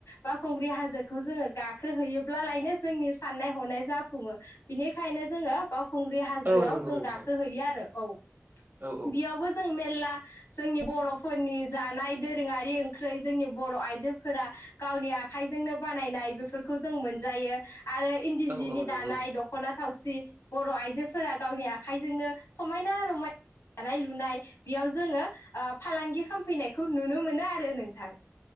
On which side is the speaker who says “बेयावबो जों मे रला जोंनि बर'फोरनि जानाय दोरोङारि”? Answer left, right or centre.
Left